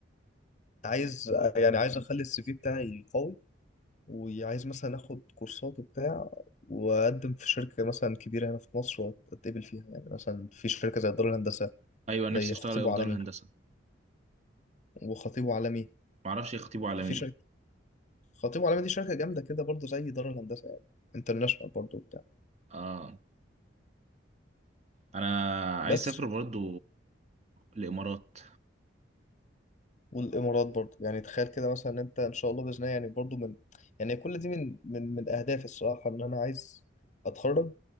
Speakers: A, on the left; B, on the right.
A: عايز يعني عايز اخلي السي في بتاعي قوي وعايز مثلا اخد كورسات وبتاع واقدم في شركه مثلا كبيره هنا في مصر واتقبل فيها يعني مثلا في شركه زي دار الهندسه
B: ايوه نفسي
A: زي خطيب
B: اشتغل ايه
A: وعالمي
B: في دار الهندسه
A: وخطيب وعالمي
B: معرفش ايه خطيبه على
A: في
B: ايه
A: شركه خطيب وعالمي دي شركه جامده كده برضو زي دار الهندسه يعني انترناشونال برضو وبتاع
B: اه انا
A: بس
B: عايز اسافر برضو الامارات
A: والامارات برضه يعني تخيل كده مثلا إن انت ان شاء الله باذن الله يعني برضه من يعني كل دي من من من اهدافي الصراحه ان انا عايز اتخرج